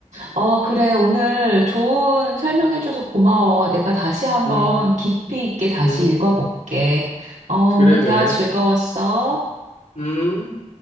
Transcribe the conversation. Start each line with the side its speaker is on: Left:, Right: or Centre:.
Right: 어, 그래. 오늘 좋은 설명해줘서 고마워. 내가 다시 한번
Left: 음,
Right: 깊이 있게 다시
Left: 음,
Right: 읽어볼게. 어, 오늘
Left: 그래,
Right: 대화
Left: 그래.
Right: 즐거웠어.
Left: 음.